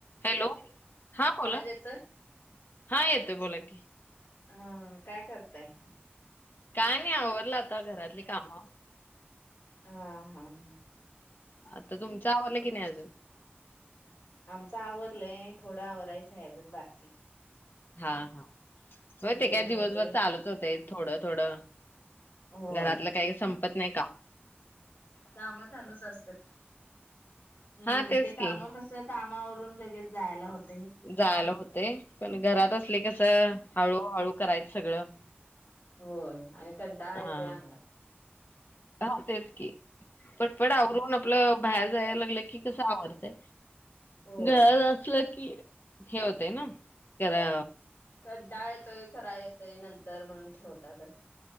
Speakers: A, on the left; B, on the left.
A: हॅलो, हा बोला.
B: आवाज येतोय?
A: हा येतोय बोला की
B: हा -काय करताय?
A: काय नाही आवरल आता घरातली कामं
B: हा, हा, हा
A: आता तुमचा आवरल कि नाही आजून?
B: आमचं आवरलंय थोडं आवरायचं आहे अजून बाकी
A: हा, हा व्हय
B: जेवण
A: ते काय दिवसभर
B: वगैरे
A: चालूच होतय थोडं थोडं
B: होय.
A: घरातलं काही संप पत नाही का?
B: काम कालूच असत्यात हम्म
A: हा तेच
B: ते कामावर
A: की
B: कस काम आवू कोन लगेच जायला होत.
A: जायला होतय पण घरात असले कसं हळूहळू करायच सगळं
B: होय आणि कंटाळा
A: हा.
B: येतोय अंगात
A: हा तेच की पटपट आवरून आपलं बाहेर जायला लागलं की कसं आवरतय.
B: होय.
A: घरात असलं की हे होतेय ना, जरा
B: कंटाळा येतोय करा येते नंत तर म्हणून ठेवता पण.